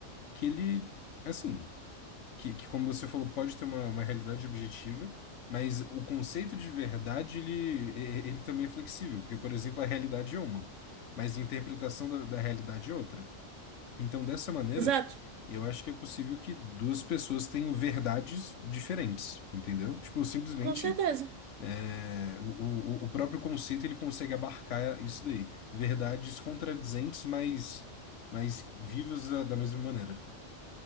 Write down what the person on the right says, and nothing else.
exato,
com certeza.